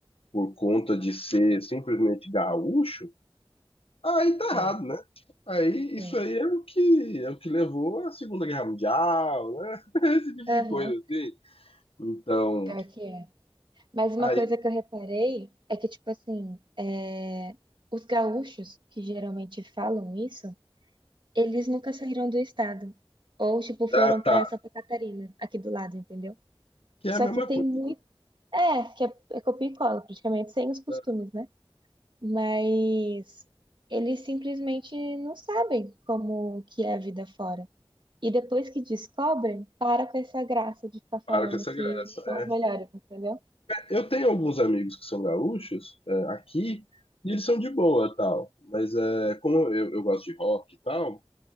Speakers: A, on the left (about 75°); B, on the right (about 55°).
A: por conta de ser simplesmente gaúcho, aí tá errado,
B: É,
A: né? Aí isso
B: Sim.
A: aí é o que é o que levou à Segunda Guerra Mundial, né? <laughs> Esse tipo
B: Aham.
A: de coisa assim. Então,
B: Pior que é. Mas uma
A: aí
B: coisa que eu reparei é que, tipo assim, é, os gaúchos, que geralmente falam isso, eles nunca saíram do estado. Ou, tipo, foram
A: tá,
B: pra
A: tá,
B: Santa Catarina, aqui do lado, entendeu?
A: que é
B: Só
A: a mesma
B: que tem
A: coisa.
B: muito. É, que é, é copia e cola, praticamente, sem os costumes,
A: tá?
B: né? Mas eles simplesmente não sabem como que é a vida fora. E depois que descobrem, para com essa graça de ficar falando
A: Para com essa
B: que
A: graça.
B: são os
A: é.
B: melhores, entendeu?
A: Eu tenho alguns amigos que são gaúchos é, aqui e eles são de boa, tal. Mas é, como eu, eu gosto de rock e tal,